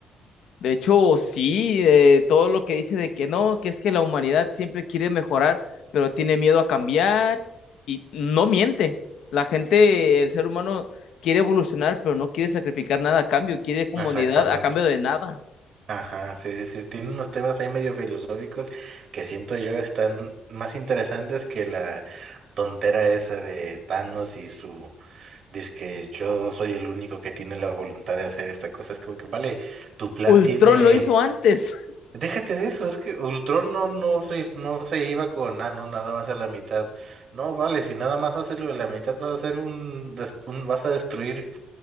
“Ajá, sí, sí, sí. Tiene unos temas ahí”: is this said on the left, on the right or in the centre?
Right